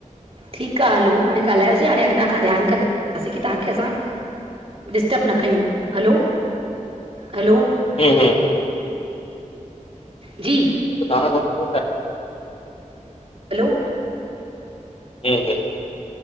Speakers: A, on the right (about 45°); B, on the left (about 45°).
A: ठीक आ हलो हाणे ॻाल्हयोसीं, हाणे अॻियां खां ध्यानु कंदासीं कि तव्हांखे असां डिस्टब न कयूं, हलो हलो
B: हम्म हमम
A: जी
B: दा भ <unintelligible>
A: हलो
B: हूं हूं